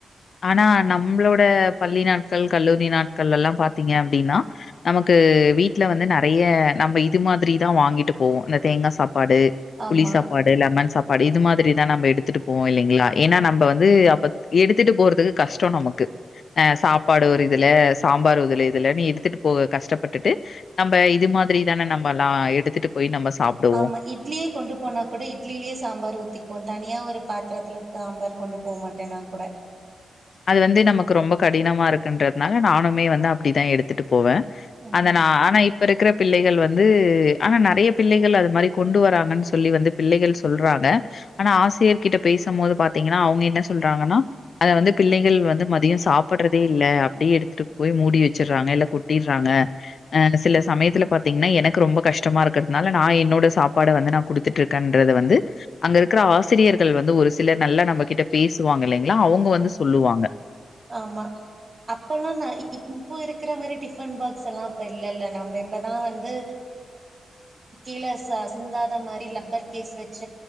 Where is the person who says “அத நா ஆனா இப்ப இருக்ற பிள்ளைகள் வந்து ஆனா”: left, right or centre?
Left